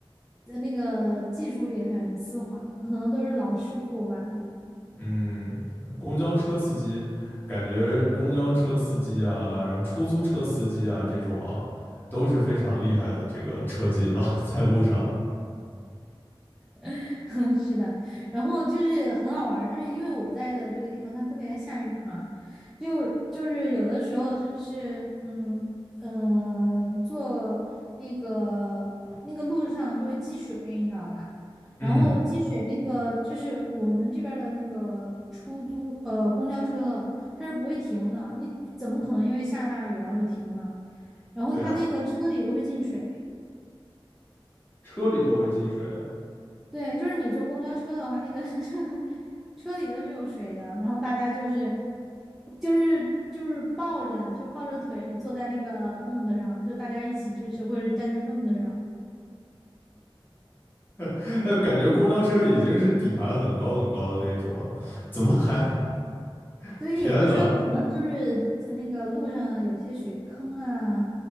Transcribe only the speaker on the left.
嗯，公交车司机，感觉公交车司机啊，然后出租车司机啊这种啊，都是非常厉害的这个车技了，<laughs> 在路上。
嗯，
对啊，车里都会进水啊。
<laughs> 那感觉公交车已经是底盘很高很高的那种了，怎么还？<laughs>
天呐！